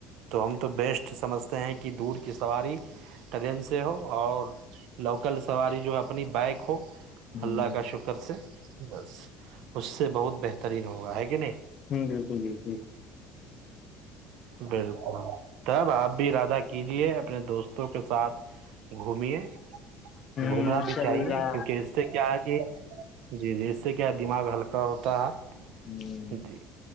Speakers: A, on the right (about 70°); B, on the left (about 45°).
A: تو ہم تو بیسٹ سمجھتے ہیں کہ دور کی سواری <unintelligible> ٹرین سے ہو اور لوکل سواری جو اپنی بائک ہو
B: ہ
A: اللہ کا شکر سے بس اس سے بہت بہترین ہوگا ہے کہ نہیں
B: ہوں بالکل بالکل
A: بالکل تب آپ بھی ارادہ کیجیے اپنے دوست دووں کے ساتھ گھمیے
B: ہ
A: گھومنا بھی
B: شرلا
A: چاہیے کیونکہ اس سے کیا ہے کہ <unintelligible> جی جی اس سے کیا دماغ ہلکا ہوتا ہے <unintelligible>
B: ہ
A: جی